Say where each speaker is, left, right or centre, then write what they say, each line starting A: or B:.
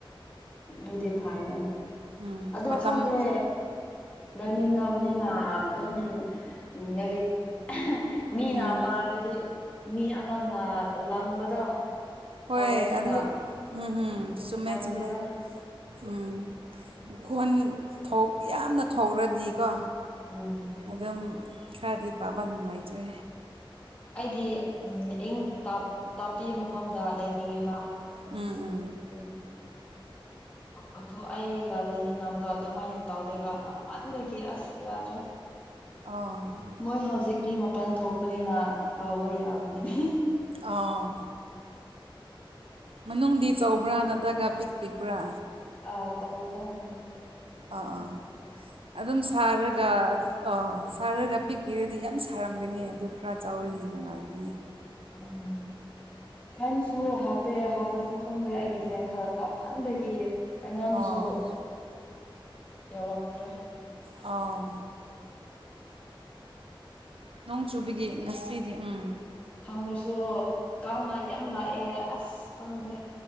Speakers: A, on the left; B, on the right.
A: ꯎ ꯑꯗꯨꯗꯤ ꯐꯔꯌꯦ
B: ꯎꯝ
A: ꯑꯗꯣꯈꯪꯗꯦ
B: ꯃꯇꯝ
A: ꯂꯩꯃꯤꯟꯅꯕꯅꯤꯅ ꯑꯗꯨꯝ ꯃꯦꯔꯤꯛ ꯃꯤꯅ
B: ꯎꯝ
A: ꯄꯥꯔꯗꯗꯤ ꯃꯤ ꯑꯃꯅ ꯂꯪꯕꯗꯣ
B: ꯍꯣꯏ
A: ꯇꯧꯕꯅꯤꯅ
B: ꯑꯗꯨ ꯎꯝ ꯎꯝ ꯆꯨꯝꯃꯦ
A: ꯅꯨꯡꯉꯥꯏꯇꯦꯗ
B: ꯆꯨꯝꯃꯦ ꯎꯝ ꯈꯣꯟ ꯊꯣꯛ ꯌꯥꯝꯅ ꯊꯧꯔꯗꯤꯀꯣ
A: ꯎꯝ
B: ꯑꯗꯨꯝ ꯈꯔꯗꯤ ꯄꯥꯕ ꯅꯨꯡꯉꯥꯏꯇ꯭ꯔꯦ
A: ꯑꯩꯗꯤ ꯏꯪ ꯇꯥꯛꯞꯄꯤ ꯃꯐꯝꯗ ꯂꯩꯅꯤꯡꯉꯦꯕ
B: ꯎꯝ ꯎꯝ
A: ꯑꯗꯨ <unintelligible> ꯑꯗꯨꯣ ꯑꯩꯒ ꯂꯩꯃꯤꯅꯕꯗꯣ ꯑꯗꯨꯃꯥꯏꯅ ꯇꯧꯗꯣꯏꯕ ꯅꯝꯃꯟꯕ ꯀꯤ ꯑꯁ ꯌꯥꯗ
B: ꯑꯥ <unintelligible>
A: ꯃꯣꯏ ꯍꯧꯖꯤꯛꯇꯤ ꯃꯄꯥꯟ ꯊꯣꯛꯄꯅꯤꯅ ꯇꯧꯕ ꯌꯥꯕꯒꯤꯅꯦ
B: ꯑꯥ ꯃꯅꯨꯡꯗꯤ ꯆꯥꯎꯧꯕ꯭ꯔꯥ ꯅꯠꯇ꯭ꯔꯒ ꯄꯤꯛ ꯄꯤꯛꯄ꯭ꯔꯥ
A: ꯑ ꯆꯧꯋꯤꯗꯥ ꯃꯅꯨꯡꯗꯗꯦ
B: ꯑꯥ ꯑꯥ ꯑꯗꯨꯝ ꯁꯥꯔꯒ ꯒ ꯁꯥꯔꯒ ꯄꯤꯛꯄꯤꯔꯗꯤ ꯌꯥꯝ ꯁꯥꯔꯝꯒꯅꯤ ꯑꯗꯨ ꯈꯔ ꯆꯥꯎꯔꯗꯤ ꯅꯨꯡꯉꯥꯏꯒꯅꯤ
A: ꯎꯝ ꯐꯦꯟꯁꯨ ꯍꯥꯞꯄꯦ ꯍꯥꯞꯄꯁꯨ ꯈꯪꯗꯦ ꯑꯩꯒꯤ ꯐꯦꯟꯗꯣ ꯇꯞꯃꯟꯗꯒꯤ ꯑꯩꯉꯣꯟꯗꯁꯨ
B: ꯑꯣ
A: ꯌꯧꯔꯛꯇ꯭ꯔꯦ
B: ꯑꯥ ꯅꯣꯡ ꯆꯨꯕꯒꯤ ꯉꯁꯤꯗꯤ ꯎꯝ
A: ꯍꯪꯉꯨꯁꯨ ꯀꯪꯅ ꯌꯥꯝ ꯂꯥꯛꯑꯦ ꯑꯁ ꯀꯪꯗꯦ